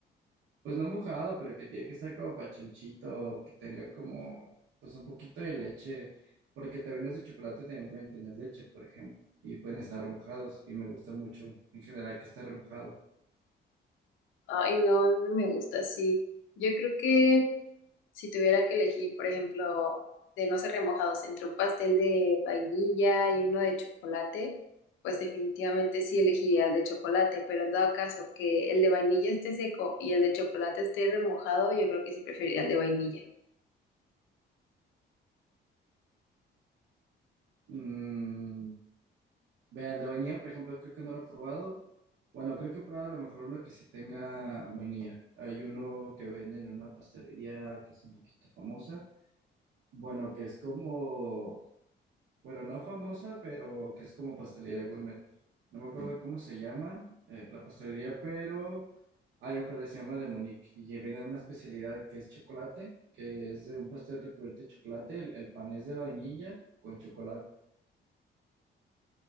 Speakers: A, on the right; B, on the left.
A: Pues no mojado, pero que tiene que estar como pachonchito, que tenga como, pues un poquito de leche. Porque también los de chocolate también pueden tener leche, por ejemplo. Y pueden estar remojados. Y me gusta mucho, en general, que esté remojado.
B: Ay, no, a mí no me gusta así. Yo creo que Si tuviera que elegir, por ejemplo, de no ser remojados entre un pastel de vainilla y uno de chocolate, pues definitivamente sí elegiría el de chocolate, pero en dado caso que el de vainilla esté seco y el de chocolate esté remojado, yo creo que sí preferiría el de vainilla.
A: Mm, vean, la vainilla, por ejemplo, creo que no lo he probado. Bueno, creo que he probado a lo mejor uno que sí tenga vainilla. Hay uno que venden en una pastelería que es un poquito famosa Bueno, que es como, bueno, no famosa, pero que es como pastelería gourmet. No me acuerdo cómo se llama eh, la pastelería, pero hay un que se llama de Monique y viene una especialidad que es chocolate, que es de un pastel recubierto de chocolate. El, el pan es de vainilla con chocolate.